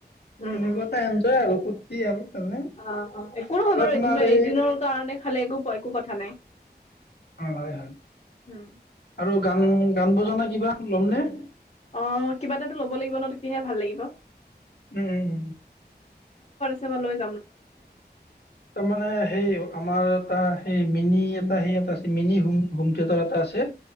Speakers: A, on the left; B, on the left.
A: উম
B: সেনেকুৱা
A: উম
B: এটা এনজয় আৰু ফূৰ্তি আৰু তেনে
A: অ অ একো নহয়
B: আৰু
A: বাৰু
B: আপোনাৰ
A: এদি
B: এই
A: এদিনৰ কাৰণে খালে একো প একো কথা নাই <unintelligible>
B: অ হয় হই <unintelligible>
A: উম
B: আৰু গান গান বজানা কিবা ল'মনেে
A: অ কিবা এটাতো লব লাগিব ন তেতিয়াহে ভাল লাগিব
B: উম
A: চাব ল
B: তাৰমানে সেই আমাৰ এটা এই মিনি এটা সেই এটা আছে মিনি হোম হোম থিয়েটাৰ এটা আছে